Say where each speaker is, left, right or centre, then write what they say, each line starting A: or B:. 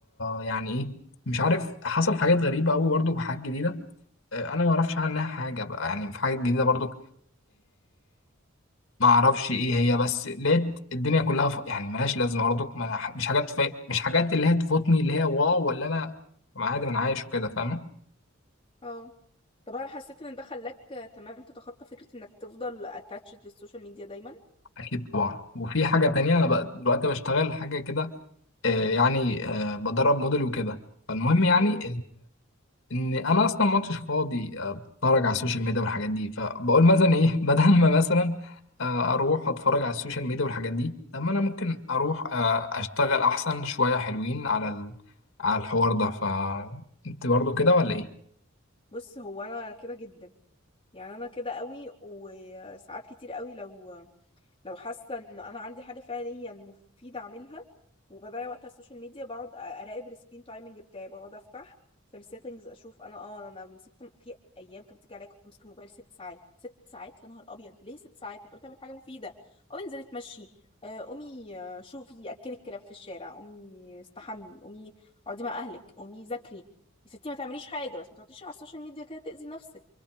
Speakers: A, on the left (about 75°); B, on the left (about 25°).
A: يعني ايه مش عارف حصل حاجات غريبه قوي برضو وحاجات جديده آه انا ما اعرفش عنها حاجه بقى يعني في حاجات جديده برضو ما اعرفش ايه هي بس لقيت الدنيا كلها ف... يعني ملهاش لازمه برضك ما... مش حاجات ف... مش حاجات اللي هي تفوتني اللي هي واو ولا انا طب عادي ما انا عايش وكده فاهم
B: اه طب هل حسيت ان ده خلاك آه، تمام تتخطى فكرة انك تفضل اتاتشد للسوشيال ميديا دايما
A: اكيد طبعا وفي حاجه تانية انا بقى دلوقتي بشتغل حاجه كده آه يعني آه بدرب موديل وكده فالمهم يعني
B: امم
A: ان انا اصلا ما كنتش فاضي آه، اتفرج على السوشيال ميديا والحاجات دي فبقول مثلا ايه <laughs> بدل ما مثلا آه، اروح اتفرج على السوشيال ميديا والحاجات دي طب ما انا ممكن اروح آه، اشتغل احسن شوية حلوين على ال... على الحوار ده فانت برضو كده ولا ايه
B: بص هو انا كده جدا يعني انا كده قوي وساعات كتير قوي لو لو حاسة ان انا عندي حاجة فعليا مفيدة اعملها وبضيع وقت على السوشيال ميديا بقعد أ- اراقب السكرين تايمنج بتاعي بقعد افتح في السيتنجز اشوف انا اه انا مسكت في ايام كانت بتيجي عليا كنت ماسكه الموبايل ست ساعات ست ساعات يا نهار ابيض ليه ست ساعات انت قلت اعمل حاجه مفيده قومي انزلي اتمشي آه، قومي آه، شوفي اكلي الكلاب في الشارع قومي استحمي قومي اقعدي مع اهلك قومي ذاكري يا ستي ما تعمليش حاجه بس ما تقعديش على السوشيال ميديا كده تاذي نفسك